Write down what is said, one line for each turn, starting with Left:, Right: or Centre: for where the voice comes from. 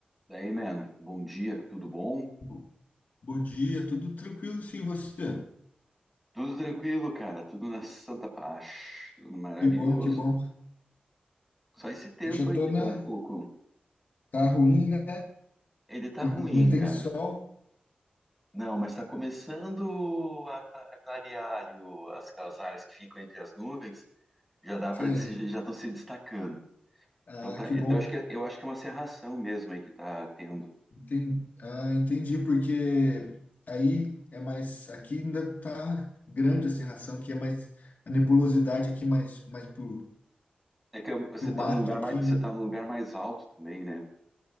Centre: Daí, man, bom dia, tudo bom?
Left: Bo- Bom dia, tudo tranquilo sim, você?
Centre: Tudo tranquilo, cara, tudo na santa paz, tudo maravilhoso.
Left: Que bom, que bom.
Centre: Só esse tempo
Left: Eu já
Centre: aí
Left: tô
Centre: que
Left: na...
Centre: tá um pouco.
Left: Tá ruim, né?
Centre: Ele tá
Left: Não
Centre: ruim,
Left: tem
Centre: cara.
Left: sol.
Centre: Não, mas tá começando a, cla- a clarear ali o- as, aquelas áreas que ficam entre as nuvens, já dá
Left: Você...
Centre: para já estão se destacando.
Left: Ah,
Centre: Então, tá,
Left: que bom.
Centre: então acho que, é- eu acho que é uma cerração mesmo aí que tá tendo.
Left: Enten- Ah, entendi, porque aí é mais... Aqui ainda tá grande a cerração, que é mais... A nebulosidade aqui mais, mais pro...
Centre: É que você
Left: pro
Centre: tá
Left: mato
Centre: num lugar
Left: aqui,
Centre: mais, você
Left: né?
Centre: tá num lugar mais alto também, né?